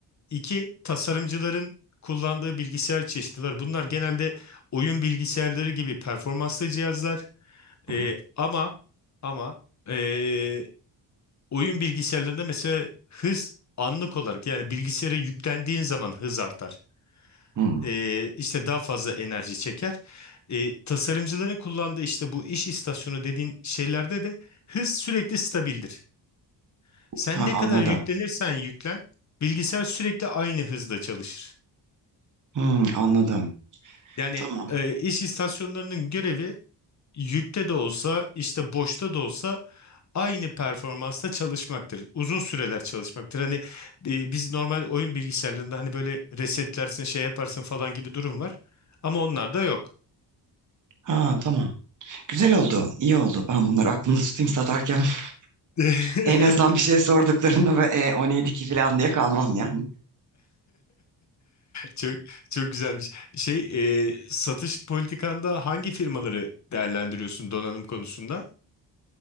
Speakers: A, on the left; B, on the right.
A: İki, tasarımcıların kullandığı bilgisayar çeşidi var. Bunlar genelde oyun bilgisayarları gibi performanslı cihazlar. Ee,
B: hı.
A: ama ama ee, oyun bilgisayarlarında mesela hız anlık olarak yani bilgisayara yüklendiğin zaman hız artar.
B: hı.
A: Ee, işte daha fazla enerji çeker. Ee, tasarımcıların kullandığı işte bu iş istasyonu dediğin şeylerde de hız sürekli stabildir. Sen
B: Ha,
A: ne
B: anladım.
A: kadar yüklenirsen yüklen, bilgisayar sürekli aynı hızda çalışır.
B: Hı, anladım.
A: Yani
B: Tamam.
A: e, iş istasyonlarının görevi yükte de olsa, işte boşta da olsa aynı performansta çalışmaktır. Uzun süreler çalışmaktır. Hani e, biz normal oyun bilgisayarlarında hani böyle resetlersin, şey yaparsın falan gibi durum var. Ama onlar da yok.
B: Ha tamam. Güzel oldu. İyi oldu. Ben bunları aklımda tutayım satarken.
A: <laughs>
B: <laughs> En azından bir şey sorduklarında ve e, o neydi ki falan diye kalmam yani.
A: Çok çok güzelmiş. Şey, e, satış politikanda hangi firmaları değerlendiriyorsun donanım konusunda?